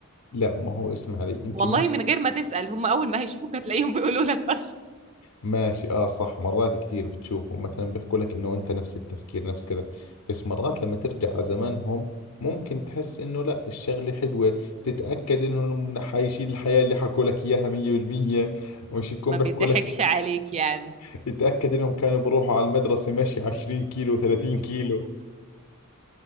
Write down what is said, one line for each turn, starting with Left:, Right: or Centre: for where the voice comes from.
Left: لا ما هو اسمع علي أنت
Right: والله من غير ما تسأل هم اول ما هيشوفوك هتلاقيهم بيقولوا لك اصلا
Left: ماشي اه صح مرات كثير بتشوفهم مثلا بيحكوا لك انه انت نفس التفكير نفس كذا بس مرات لما ترجع على زمانهم ممكن تحس انه لا الشغلة حلوة تتأكد انهم حايشين الحياة اللي حكوا لك اياها 100% مش يكون
Right: ما
Left: بيحكوا
Right: بيضحكش
Left: لك
Right: عليك يعني
Left: <laughs> تتأكد انهم كانوا بروحوا على المدرسة مشي 20 كيلو 30 كيلو